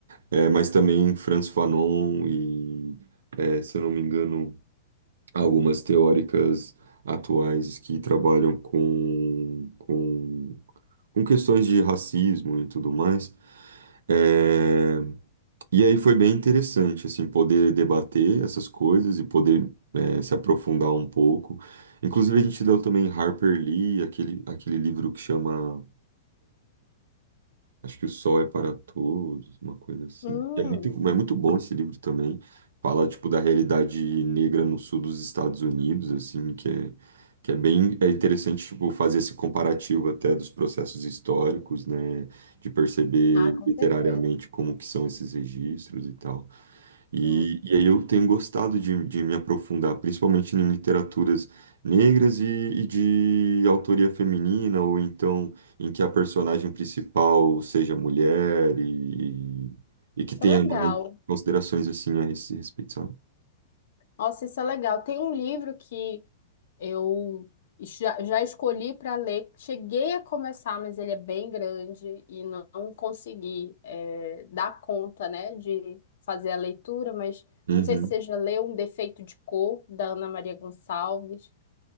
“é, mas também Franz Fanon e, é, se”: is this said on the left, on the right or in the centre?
Right